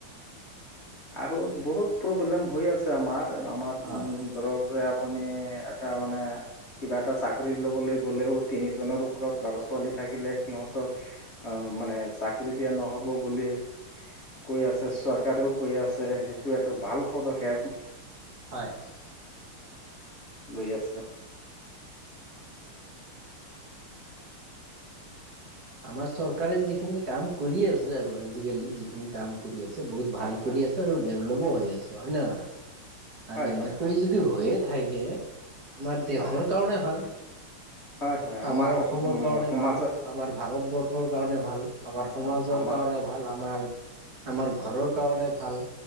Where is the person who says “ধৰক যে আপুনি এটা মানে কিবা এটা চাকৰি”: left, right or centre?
Left